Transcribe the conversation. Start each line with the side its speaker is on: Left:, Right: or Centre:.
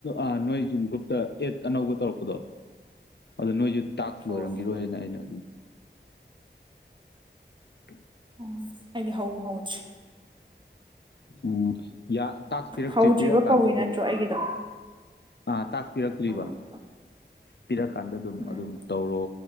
Left: ꯑ ꯅꯣꯏ ꯁꯨꯝ ꯒ꯭ꯔꯨꯞꯇ ꯑꯦꯠ ꯑꯅꯧꯕ ꯇꯧꯔꯛꯄꯗꯣ ꯑꯗꯣ ꯅꯣꯏꯁꯨ ꯇꯥꯛꯁ ꯂꯣꯏꯔꯝꯈꯤꯔꯣꯏ
Right: ꯑꯣ
Left: ꯍꯥꯏꯅ ꯑꯩꯅ ꯑꯗꯨꯝ ꯎꯝ
Right: ꯎ ꯑꯩꯗꯤ ꯍꯧꯕ ꯍꯧꯗ꯭ꯔꯤ
Left: ꯎꯝ ꯇꯥꯛ ꯄꯤꯔꯛꯁꯤ
Right: ꯍꯧꯗ꯭ꯔꯤꯕ
Left: ꯄꯤꯔꯛꯀꯥꯟꯗ
Right: ꯀꯧꯏ
Left: ꯑꯗꯨꯝ
Right: ꯅꯠꯇ꯭ꯔꯣ ꯑꯩꯒꯤꯗꯣ
Left: ꯑꯥ ꯇꯥꯛꯁꯄꯤꯔꯛꯇ꯭ꯔꯤꯕ
Right: ꯎꯝ
Left: ꯄꯤꯔꯛꯀꯥꯟꯗ ꯑꯗꯨꯝ
Right: ꯎꯝ
Left: ꯑꯗꯨꯝ ꯇꯧꯔꯣ